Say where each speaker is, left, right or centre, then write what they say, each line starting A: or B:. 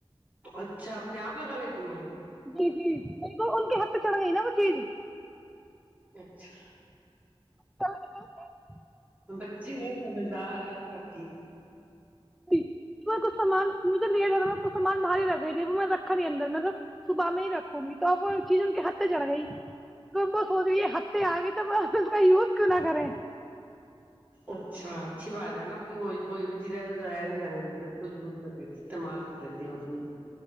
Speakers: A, on the right; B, in the centre.
A: اچھا اپنے آپ لگا لیتی ہیں
B: جی جی تو ان کے ہاتھ پ چڑھ گئی نا وہ چیز
A: اچھا
B: کل <unintelligible>
A: بچی بہت سمجھدار ہے اس تھے آپ کی
B: ج میں کچھ سامان مجھے لیٹ ہوا کو سامان باہاری رکھ گئی تھی رکھا نہیں اندر ملب صبح میں ہی رکھوں گی تو اب وہ چیز ان کے ہتے چڑھ گئی تو وہ سوچ رہی ہتے آ گئی تو اس کا یوز کی نہ کریں
A: اچھا اچھی بات ہے نا کہ وہ کوئی بھی چیز ہے تو جایا نہیں جانے دیتی اس کو یوز کر استعمال کر دیتی ہے اس کا